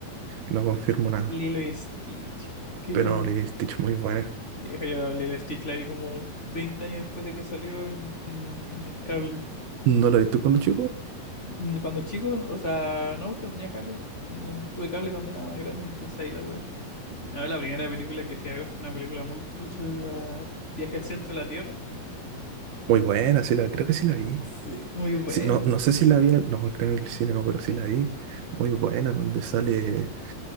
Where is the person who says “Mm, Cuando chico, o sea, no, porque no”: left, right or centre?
Left